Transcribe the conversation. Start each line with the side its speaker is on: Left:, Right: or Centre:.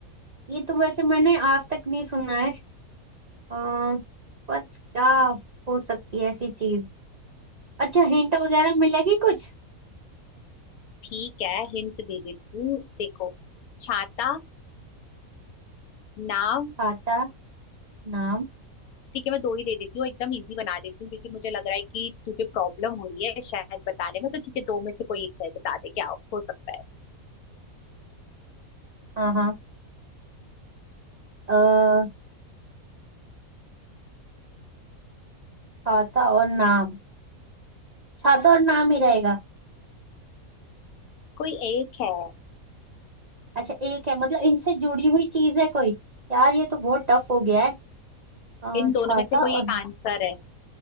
Right: ये तो वैसे मैंने आज तक नहीं सुना है अम, पर क्या हो सकती है ऐसी चीज अच्छा हिंट वगैरह मिलेगी कुछ
Left: ठीक है हिंट दे देती हूँ देखो छाता नाव
Right: खाता नाम
Left: ठीक है मैं दो ही दे देती हूँ एकदम इजी बना देती हूँ क्योंकि मुझे लग रहा है कि तुझे प्रॉब्लम हो रही है शायद बताने में तो ठीक है दो में से कोई एक है बता दे क्या हो हो सकता है
Right: हाँ हाँ अ, खाता और नाम खाता और नाम ही रहेगा
Left: कोई एक है
Right: अच्छा एक है मतलब इनसे जुड़ी हुई चीज है कोई यार ये तो बहुत टफ हो गया है अ,
Left: इन
Right: छाता
Left: दोनों में से
Right: और
Left: कोई एक आंसर है